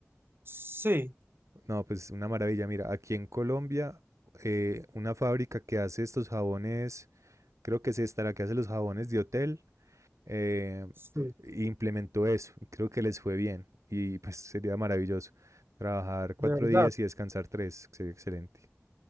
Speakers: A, on the right; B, on the right.
A: Sí,
B: No, pues una maravilla. Mira, aquí en Colombia, eh, una fábrica que hace estos jabones, creo que es esta la que hace los jabones de hotel. eh,
A: sí,
B: implementó eso y creo que les fue bien y pues sería maravilloso trabajar cuatro
A: de verdad.
B: días y descansar tres, sería excelente.